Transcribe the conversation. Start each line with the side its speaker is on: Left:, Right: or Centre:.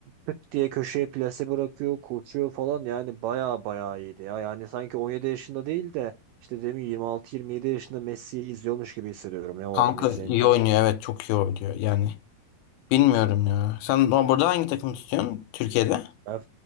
Right: tık diye köşeye plase bırakıyor koşuyor falan yani baya baya iyiydi ya yani sanki 17 yaşında değil de işte demin 26-27 yaşında Messi'yi izliyormuş gibi hissediyorum ya o
Left: Kanka
Right: adamı izleyince
Left: iyi oynuyor evet çok iyi oynuyor yani. Bilmiyorum ya. Sen bu- burada hangi takımı tutuyorsun? Türkiye'de?
Right: ben